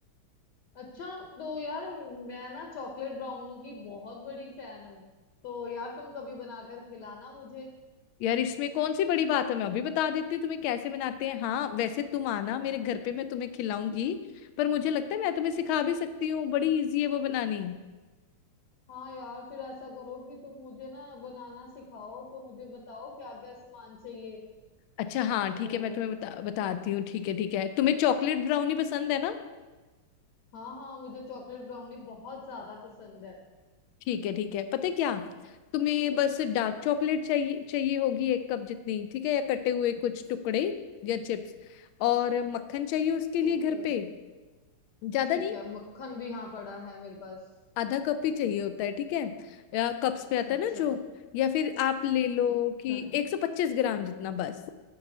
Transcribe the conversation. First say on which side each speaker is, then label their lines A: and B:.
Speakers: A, on the left; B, on the left.
A: अच्छा तो यार मैं ना चॉकलेट ब्राउनी की बहुत बड़ी फैन हूँ तो यार तुम कभी बनाकर खिलाना मुझे
B: यार इसमें कौन सी बड़ी बात है मैं अभी बता देती हूँ तुम्हें कैसे बनाते हैं हाँ वैसे तुम आना मेरे घर पे मैं तुम्हें खिलाऊंगी पर मुझे लगता है मैं तुम्हें सिखा भी सकती हूँ बड़ी इजी है वो बनानी
A: हाँ यार फिर ऐसा करो कि तुम मुझे ना बनाना सिखाओ तो मुझे बताओ क्या क्या सामान चाहिए
B: अच्छा हाँ ठीक
A: तो
B: है मैं तुम्हें बता बताती हूँ ठीक है ठीक है तुम्हें चॉकलेट ब्राउनी पसंद है ना
A: हाँ हाँ मुझे चॉकलेट ब्राउनी बहुत ज्यादा पसंद है
B: ठीक है ठीक है पता है क्या तुम्हें बस डार्क चॉकलेट चाहिए चाहिए होगी एक कप जितनी ठीक है या कटे हुए कुछ टुकड़े या चिप्स और मक्खन चाहिए उसके लिए
A: ओके
B: घर पे ज्यादा
A: ठीक
B: नहीं
A: है मक्खन भी यहाँ पड़ा है मेरे पास
B: आधा कप ही चाहिए होता है ठीक है या कप्स में आता है
A: अच्छा
B: ना जो या फिर आप ले लो कि
A: हम्म
B: 125 ग्राम जितना बस